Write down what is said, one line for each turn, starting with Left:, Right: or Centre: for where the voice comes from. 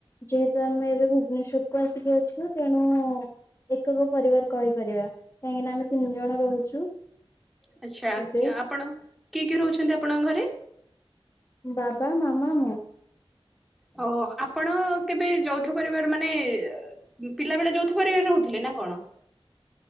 Left: ଯେହେତୁ ଆମେ ଏବେ ଭୁବନେଶ୍ବରକୁୁ ଆସିକି ଅଛୁ ତେଣୁ ଏକକ ପରିବାର କହିପାରିବା କାହିଁକିନା ଆମେ ତିନି ଜଣ ରହୁଛୁ
Centre: ଆଚ୍ଛା
Left: ଏବେ।
Centre: ଆପଣ କିଏ କିଏ ରହୁଛନ୍ତି ଆପଣଙ୍କ ଘରେ?
Left: ବାବା, ମାମା, ମୁଁ।
Centre: ଓ ଆପଣ କେବେ ଯୌଥ ପରିବାର ମାନେ ଏ ପିଲା ବେଳେ ଯୌଥପରିବାରେ ରହୁଥିଲେ ନା କଣ?